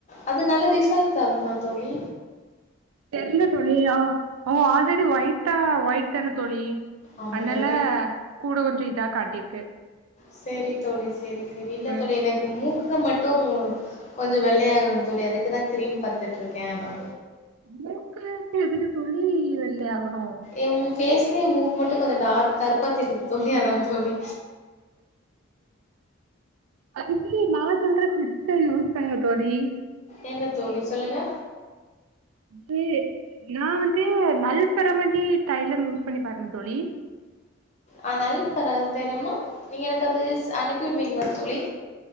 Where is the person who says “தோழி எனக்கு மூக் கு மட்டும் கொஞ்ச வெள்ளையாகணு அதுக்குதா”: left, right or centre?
Left